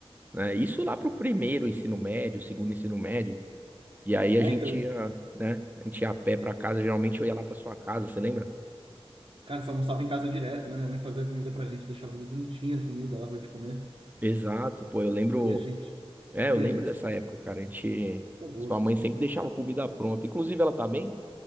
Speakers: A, on the right; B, on the right.
A: né? Isso lá pro primeiro ensino médio, segundo ensino médio. E aí
B: É,
A: a gente
B: então,
A: ia, né? A gente ia a pé pra casa. Geralmente eu ia lá pra sua casa, você lembra?
B: cara, você almoçava em casa direto, né? Minha mãe fazia comida pra gente, deixava tudo bonitinho a comida lá pra gente comer.
A: Exato, pô. Eu lembro.
B: E a gente,
A: É, eu
B: pô,
A: lembro
B: e
A: dessa
B: f-
A: época, cara. A gente.
B: acabou.
A: Sua mãe sempre deixava comida pronta. Inclusive, ela tá bem?